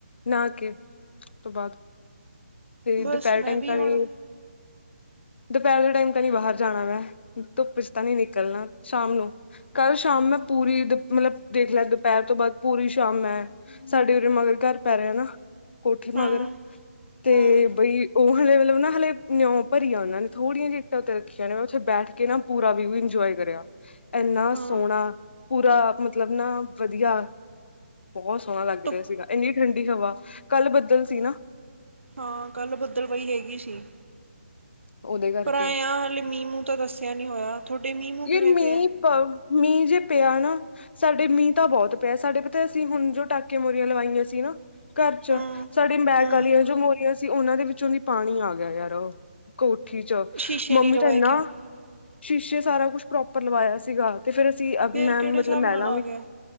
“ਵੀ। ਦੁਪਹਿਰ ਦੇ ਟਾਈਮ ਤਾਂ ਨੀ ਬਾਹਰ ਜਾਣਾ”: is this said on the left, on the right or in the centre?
Left